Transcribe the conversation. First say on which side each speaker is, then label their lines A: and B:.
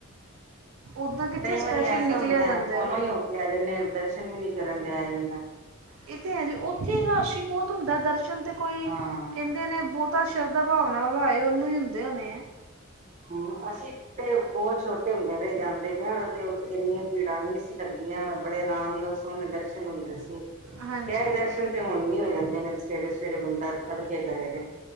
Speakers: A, on the right; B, on the right.
A: ਉੱਦਾਂ ਕਿੱਥੇ
B: ਕਈ ਵਾਰੀ
A: ਸਪੈਸ਼ਲ
B: ਐਸਾ
A: ਨਿਕਲਿਆ
B: ਹੁੰਦਾ
A: ਜਾਂਦਾ
B: ਕੋਲੋਂ
A: ਹੈ।
B: ਹੀ ਹੋ ਕੇ ਆ ਜਾਂਦੇ ਦਰਸ਼ਨ ਵੀ ਨਹੀਂ ਕਰਨ ਜਾਇਆ ਜਾਂਦਾ ਹੈ।
A: ਇਹ ਤਾਂ ਹੈ ਜੀ ਉੱਥੇ ਰਸ਼ ਹੀ ਬਹੁਤ ਹੁੰਦਾ, ਦਰਸ਼ਨ ਤੇ ਕੋਈ
B: ਹਾਂ
A: ਕਹਿੰਦੇ। ਕਹਿੰਦੇ ਨੇ ਬਹੁਤਾ ਸ਼ਰਧਾ ਭਾਵਨਾ ਵੱਲੋਂ ਆਏ, ਉਹਨੂੰ ਹੀ ਹੁੰਦੇ ਹੋਣੇ ਹੈ।
B: ਹੂੰ ਅਸੀਂ ਤੇ ਬਹੁਤ ਛੋਟੇ ਹੁੰਦਿਆਂ ਤੋਂ ਹੀ ਜਾਂਦੇ, ਹਾਂ ਤੇ ਉੱਥੇ ਇੰਨੇ। ਭੀੜਾਂ ਵੀ ਨਹੀਂ ਸੀ, ਲੱਗਦੀਆਂ ਬੜੇ ਆਰਾਮ ਨਾਲ ਸੋਹਣੇ ਦਰਸ਼ਨ ਹੁੰਦੇ ਸੀ।
A: ਹਾਂਜੀ
B: ਖੈਰ ਦਰਸ਼ਨ ਤੇ ਹੁਣ ਵੀ ਹੋ ਜਾਂਦੇ ਨੇ, ਸਵੇਰੇ-ਸਵੇਰੇ ਬੰਦਾ ਤੜਕੇ ਕਰੇ ਜੇ।